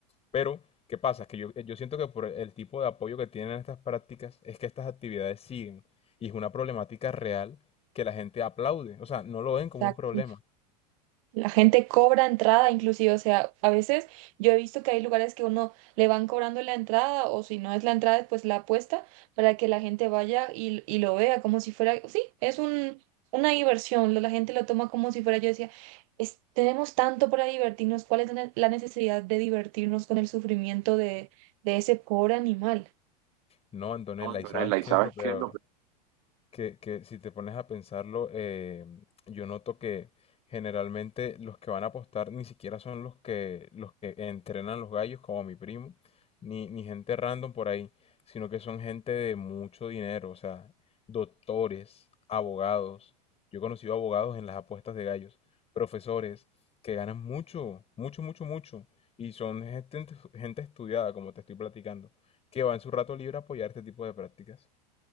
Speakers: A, on the left; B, on the right.
A: Pero, ¿qué pasa? Que yo, yo siento que por el el tipo de apoyo que tienen estas prácticas es que estas actividades siguen, y es una problemática real que la gente aplaude, o sea, no lo ven
B: exacto.
A: como un problema.
B: La gente cobra entrada, inclusive, o sea, a veces yo he visto que hay lugares que uno le van cobrando la entrada o si no es la entrada, pues la apuesta para que la gente vaya y, y lo vea como si fuera, sí, es un, una diversión, lo- la gente lo toma como si fuera, yo decía, "Es- tenemos tanto para divertirnos, ¿cuál es la la necesidad de divertirnos con el sufrimiento de, de ese pobre animal?
A: No, Antonella,
B: No, Antonella,
A: ¿y sabes qué
B: ¿y sabes
A: es lo peor?
B: qué es lo
A: que, que si te pones a pensarlo, eh, yo noto que generalmente los que van a apostar ni siquiera son los que, los que entrenan los gallos, como mi primo, ni, ni gente random por ahí, sino que son gente de mucho dinero, o sea, doctores, abogados. Yo he conocido abogados en las apuestas de gallos, profesores que ganan mucho, mucho, mucho, mucho, y son gente, gente estudiada, como te estoy platicando, que va en su rato libre a apoyar este tipo de prácticas.